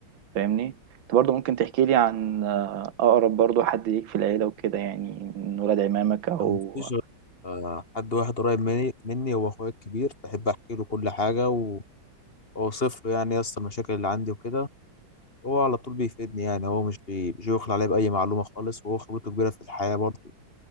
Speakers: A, on the right; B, on the left.
A: فاهمني أنت برضه ممكن تحكي لي عن آه، أقرب برضه حد ليك في العيلة وكده يعني من ولاد عمامك أو
B: أنا مفيش غير- آه، حد واحد قريب مني مني هو اخويا الكبير بحب احكي له كل حاجه و- واوصف له يعني يا اسطى المشاكل اللي عندي وكده هو على طول بيفيدني يعني هو مش بي- مش بيخلى عليا بأي معلومة خالص وهو خبرته كبيرة في الحياة برضه